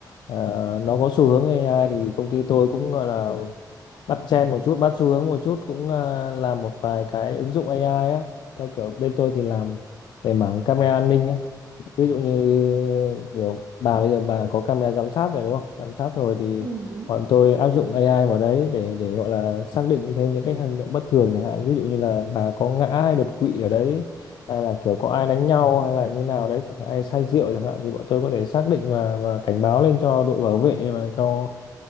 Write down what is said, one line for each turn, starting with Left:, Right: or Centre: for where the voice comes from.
Left: à, nó có xu hướng AI thì công ty tôi cũng gọi là bắt trend một chút bắt xu hướng một chút cũng à, làm một vài cái ứng dụng AI á theo kiểu bên tôi thì làm về mảng camera an ninh á ví dụ như kiểu bà bây giờ bà có camera giám sát rồi đúng không giám sát rồi thì
Right: Ừ, đúng
Left: bọn
Right: rồi.
Left: tôi áp dụng AI vào đấy để để gọi là xác định thêm những cái hành động bất thường chẳng hạn ví dụ như là bà có ngã hay đột quỵ ở đấy hay là kiểu có ai đánh nhau hay là như nào đấy chẳng hạn ai say rượu chẳng hạn thì bọn tôi có thể xác định và và cảnh báo lên cho đội bảo vệ và cho